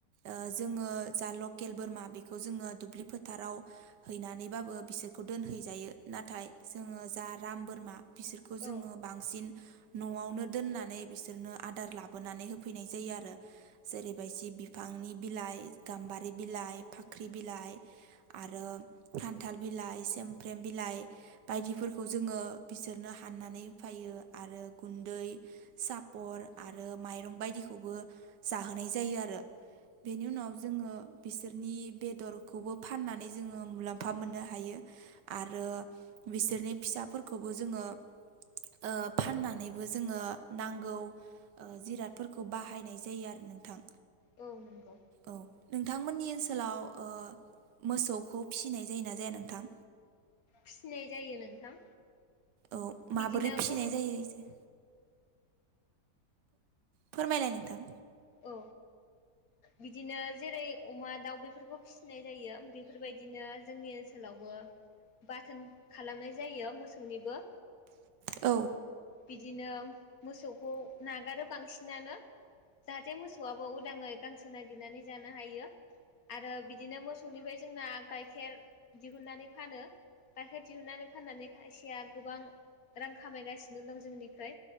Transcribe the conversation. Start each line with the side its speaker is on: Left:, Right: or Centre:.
Right: ओ जोङो जा लकेल बोरमा बेखौ जोङो दुब्लि फोथाराव हैनानैबाबो बिसोरखौ दोन हैजायो नाथाय जोङो जा राम बोरमा बे बिसोरखौ जोङो
Left: औ
Right: बांसिन न'आवनो दोननानै बिसोरनो आदार लाबोनानै होफैनाय जायो आरो जेरैबायदि बिफांनि बिलाइ, गाम्बारि बिलाइ, फाख्रि बिलाइ आरो खानथाल बिलाइ सुमफ्रेम बिलाइ बायदिफोरखौ जोङो बिसोरनो हाननानै होफायो आरो गुन्दै सापर आरो माइरं बायदिखौबो जाहोनाय जायो आरो बेनि उनाव जोङो बिसोरनि बेदरखौबो फाननानै जोङो मुलाम्फा मोननो हायो आरो बिसोरनि फिसाफोरखौबो जोङो ओ फाननानैबो जोङो नांगौ जिरादफोरखौ बाहायनाय जायो आरो नोंथां
Left: औ नंगौ।
Right: औ नोंथांमोननि ओनसोलाव ओ मोसौखौ फिसिनाय जायोना जाया नोंथां?
Left: फिसिनाय जायो नोंथां।
Right: औ माबोरै
Left: बिदिनो
Right: फिसिनाय
Left: गुबुन
Right: जायो इसे। फोरमायलाय नोंथां।
Left: औ बिदिनो जेरै अमा दाउ बेफोरखौ फिसिनाय जायो बेफोरबायदिनो जोंनि ओनसोलाव बो बाथोन खालामनाय जायो मोसौनिबो
Right: औ
Left: बिदिनो मोसौखौ नागारो बांसिनानो जाहाथे मोसौवाबो उदाङै गांसो नागिरनानै जानो हायो‌। आरो बिदिनो मोसौनिफ्राय जोंना गाइखेर दिहुननानै फानो गाइखेर दिहुननानै फाननानै खायसेया गोबां रां खामायगासि नो दं जोंनिफ्राय